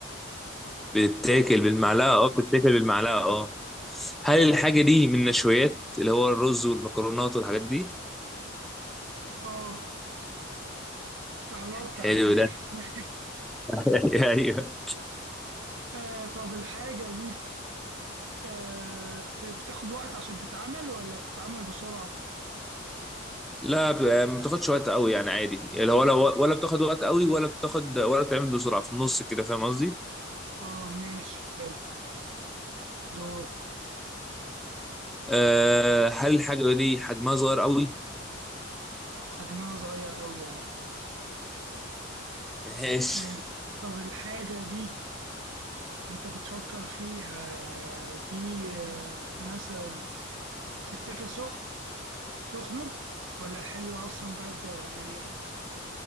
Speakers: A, in the centre; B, on the right.
A: بتتاكل بالمعلقة اه بتتاكل بالمعلقة اه هل الحاجة دي من النشويات اللي هو الرز والمكرونات والحاجات دي؟
B: اه قربت
A: حلو
B: على فكرة
A: ده
B: <laughs>
A: <laughs> ايوه
B: آه طب الحاجة دي آه بت- بتاخد وقت عشان تتعمل ولا بتتعمل بسرعة
A: لا ب- ما بتاخدش وقت قوي يعني عادي يعني ولا ولا بتاخد وقت قوي ولا بتاخد ولا بتعمل بسرعة في النص كده فاهم قصدي؟
B: اه ماشي حلو دور
A: أه هل الحاجة دي حجمها صغير قوي؟
B: حجمها صغير قوي اه
A: ماشي
B: آه، طب الحاجة دي انت بتفكر فيها دي آه، مثلا بتتاكل سخن سخنة ولا حلوة اصلا باردة ولا ايه